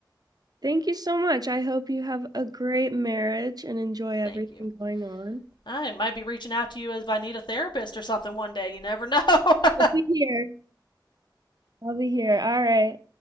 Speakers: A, on the right; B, on the left.
A: Thank you so much. I hope you have a great marriage and enjoy everything
B: Thank you.
A: going on.
B: I might be reaching out to you as if I need a therapist or something one day. You never know. <laughs>
A: I'll be here. I'll be here. All right.